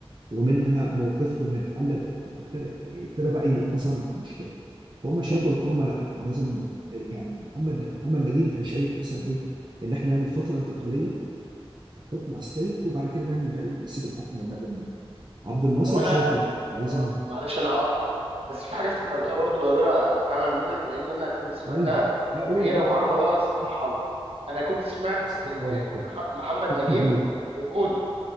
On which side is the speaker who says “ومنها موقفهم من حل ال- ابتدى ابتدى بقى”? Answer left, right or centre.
Right